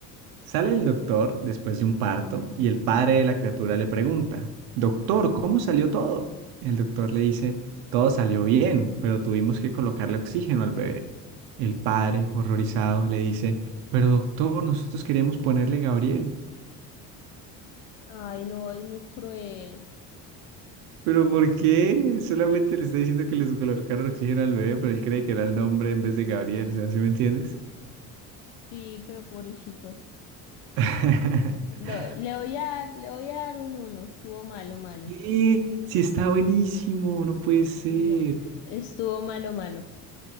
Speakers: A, on the right; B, on the left.
A: Sale el doctor después de un parto y el padre de la criatura le pregunta, Doctor, ¿cómo salió todo? El doctor le dice, Todo salió bien, pero tuvimos que colocarle oxígeno al bebé. El padre, horrorizado, le dice, Pero doctor, nosotros queríamos ponerle Gabriel.
B: Ay, no, es muy cruel.
A: ¿Pero por qué? Solamente le está diciendo que les colocaron oxígeno al bebé, pero él cree que era el nombre en vez de Gabriel, o sea, ¿sí me entiendes?
B: Sí, pero pobrecito.
A: <laughs>
B: No, le voy a, dar- le voy a dar un uno. Estuvo malo, malo.
A: ¿Qué? Sí, está buenísimo, no puede ser.
B: No, estuvo malo, malo.